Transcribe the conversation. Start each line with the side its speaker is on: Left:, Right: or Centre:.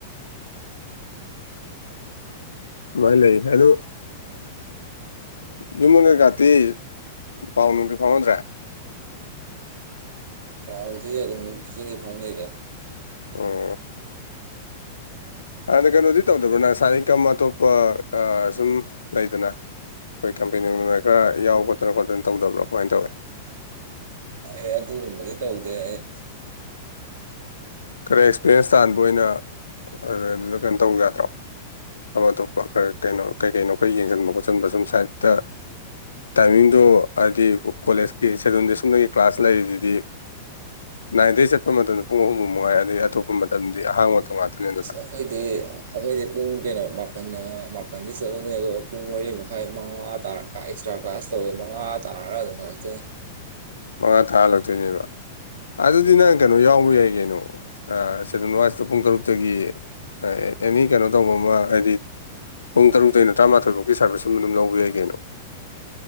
Left: ꯑꯗꯨꯃꯥꯏꯅ ꯂꯩ ꯑꯗꯣ ꯌꯨꯝꯒ ꯥꯇꯤ ꯄꯥꯎꯅꯨꯡꯗꯤ ꯐꯥꯎꯅꯗ꯭ꯔꯦ
Right: ꯄꯥꯎꯗꯤ ꯑꯗꯨꯝ ꯖꯤꯡꯒꯤ ꯐꯥꯎꯅꯩꯗ
Left: ꯎ ꯑꯗꯨꯅ ꯀꯩꯅꯣꯗꯤ ꯇꯧꯗꯕ꯭ꯔꯅ ꯁꯥꯔꯤꯀꯝ ꯑꯇꯣꯞꯄ ꯁꯨꯝ ꯂꯩꯗꯅ ꯑꯩꯈꯣꯏ ꯀꯝꯄꯦꯅꯤꯅ ꯈꯔ ꯌꯥꯎ ꯈꯣꯠꯇꯅ ꯈꯣꯠꯇꯅ ꯇꯧꯗꯕ꯭ꯔꯥ ꯀꯃꯥꯏꯅ ꯇꯧꯋꯦ
Right: ꯑꯦ ꯑꯗꯨꯒꯨꯝꯕꯗꯤ ꯇꯧꯗꯦ ꯑꯩ
Left: ꯈꯔ ꯑꯦꯛꯁꯄꯤꯔꯦꯟꯁ ꯇꯥꯟꯕ ꯑꯣꯏꯅ ꯑꯗꯨꯗ ꯑꯗꯨꯗ ꯀꯩꯅꯣ ꯇꯧꯕ ꯌꯥꯗ꯭ꯔꯣ ꯑꯇꯣꯞ ꯑꯇꯣꯞꯄ ꯈꯔ ꯀꯩꯅꯣ ꯀꯩ ꯀꯩꯅꯣ ꯑꯩꯈꯣꯏ ꯌꯦꯡꯁꯤꯟꯕ ꯈꯣꯠꯆꯟꯕ ꯁꯨꯝ ꯁꯥꯏꯗꯠꯇ ꯇꯃꯤꯡꯗꯨ ꯑꯗꯨꯗꯤ ꯀꯣꯂꯦꯖ ꯁꯦꯗꯨꯜꯗꯤ ꯁꯨꯞꯅꯒꯤ ꯀ꯭ꯂꯥꯁ ꯂꯩꯔꯤꯁꯤꯗꯤ ꯅꯥꯏꯟꯗꯒꯤ ꯆꯠꯄ ꯃꯇꯝꯗ ꯄꯨꯡ ꯑꯍꯨꯝꯃꯨꯛ ꯅꯨꯡꯉꯥꯏ ꯑꯗꯩ ꯑꯇꯣꯞꯄ ꯃꯇꯝꯗꯤ ꯑꯍꯥꯡꯕꯛꯇ ꯉꯥꯛꯇꯅꯦ ꯑꯗꯨꯅ
Right: ꯑꯁ ꯑꯩꯈꯣꯏꯗꯤ ꯑꯩꯈꯣꯏꯗꯤ ꯄꯨꯡ ꯀꯩꯅꯣ ꯃꯥꯄꯟ ꯃꯥꯄꯟꯗꯤ ꯆꯠꯂꯨꯅꯤ ꯑꯗꯨꯒ ꯄꯨꯡ ꯃꯔꯤ ꯃꯈꯥꯏ ꯃꯉꯥ ꯇꯥꯔꯦ ꯑꯦꯛꯁꯇ꯭ꯔꯥ ꯀ꯭ꯂꯥꯁ ꯇꯧꯋꯦ ꯃꯉꯥ ꯇꯥꯔ ꯑꯗꯨꯝ ꯍꯛꯇꯦ
Left: ꯃꯉꯥ ꯊꯥꯜꯂꯛꯇꯣꯏꯅꯦꯕ ꯑꯗꯨꯗꯤ ꯅꯪ ꯀꯩꯅꯣ ꯌꯥꯎꯕ ꯌꯥꯏ ꯀꯩꯅꯣ ꯁꯦꯗꯨꯜ ꯋꯥꯁꯇ ꯄꯨꯡ ꯇꯔꯨꯛꯇꯒꯤ ꯑꯦꯅꯤ ꯀꯩꯅꯣ ꯇꯧꯕ ꯑꯃ ꯍꯥꯏꯗꯤ ꯄꯨꯡ ꯇꯔꯨꯛꯇꯩꯩꯅ ꯇꯔꯥꯃꯥꯊꯣꯏꯐꯥꯎꯒꯤ ꯁꯥꯔꯚꯤꯁꯁ ꯑꯃ ꯑꯗꯨꯝ ꯂꯧꯕ ꯌꯥꯩ ꯀꯩꯅꯣ